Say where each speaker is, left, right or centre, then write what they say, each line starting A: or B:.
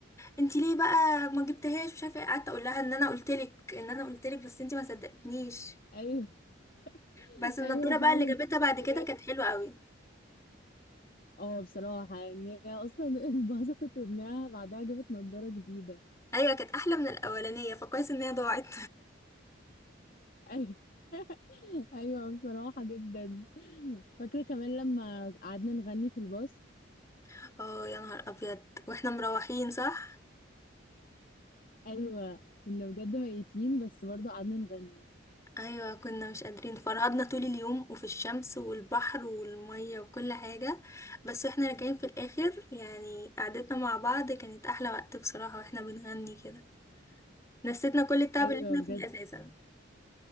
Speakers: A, on the left; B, on the left.
A: انت ليه بقى ما جبتهاش مش عارفه ايه. قعدت اقول لها ان انا قلت لك ان انا قلت لك بس انت ما صدقتنيش
B: ايوه <laughs>
A: بس النضارة
B: ايوه فعلا
A: بقى اللي جابتها بعد
B: بجد
A: كده كانت حلوة قوي
B: اه بصراحه يعني هي اصلا <laughs> انبسطت انها بعدها جابت نضاره جديده
A: ايوه كانت احلى من الاولانية فكويس ان هي ضاعت
B: ايوه <laughs> ايوه بصراحه جدا فاكرة كمان لما قعدنا نغني في الباص
A: <laughs> اه يا نهار ابيض واحنا مروحين صح
B: أيوة كنا بجد ميتين بس برضه قعدنا نغني
A: ايوه كنا مش قادرين فرهدنا طول اليوم وفي الشمس والبحر والمية وكل حاجة بس واحنا راجعين في الاخر يعني قعدتنا مع بعض كانت احلى وقت بصراحة واحنا بنغني كده نسيتنا كل التعب
B: أيوة
A: اللي احنا
B: بجد
A: فيه اساسا